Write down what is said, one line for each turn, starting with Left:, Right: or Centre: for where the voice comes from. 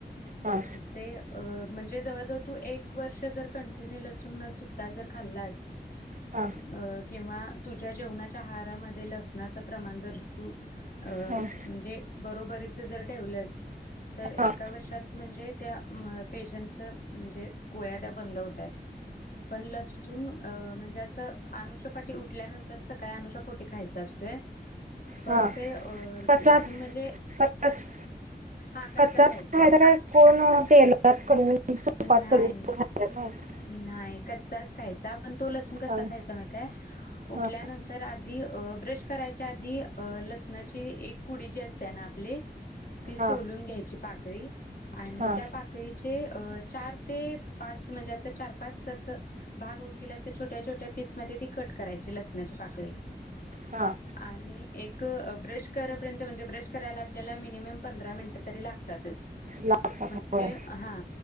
Right: हा
Left: ते अ म्हणजे. जवळ जवळ तू एक वर्ष जर कंटन्यू लसूण न चुकता जर खाल्लास
Right: हा
Left: अ! किंवा तुझ्या जेवणाच्या आहारामध्ये लसनाचं प्रमाण जर तू म्हणजे
Right: हा
Left: बरोबरीचं जर ठेवलंस तर एका
Right: हा
Left: वर्षात म्हणजे त्या पेशंटचं म्हणजे गोळ्या त्या बंद होत्याात पण लसून अ म्हणजे सं अनुशापाटी उठल्यानंतर सकाळी अनुषापोटी खायचा असतोय. पण
Right: हा
Left: ते अ
Right: कच्चाच
Left: लसूण म्हणजे
Right: कच्चाच
Left: हा कच्चा
Right: कच्चाच
Left: खायचा
Right: काय कोण तेलात करून तुपात
Left: न्हाय
Right: करून
Left: न्हाय
Right: खायला नाही
Left: कच्चा च खायचा पण तो लसूण सकाळचं
Right: हां
Left: माहितय उठल्यानंतर
Right: हां
Left: आधी ब्रश करायचा आधी अ लसणाची एक कुडी जी असते ना. ती सोडून
Right: हां
Left: घ्यायची पाक <unintelligible> आणि
Right: हां
Left: त्या पाकळीचे अ चार ते पाच म्हणजे अस चार पाच अस भाग होतील असे. छोट्या छोट्या पीस मध्ये ती कट करायची लसणाची पाकळी
Right: हां
Left: आणि. एक ब्रश करापर्यंत म्हणजे ब्रश करायला आपल्याला मिनिमम पंधरा मिनिटं तरी लागतातच.
Right: लागतात
Left: न
Right: होय
Left: ते हा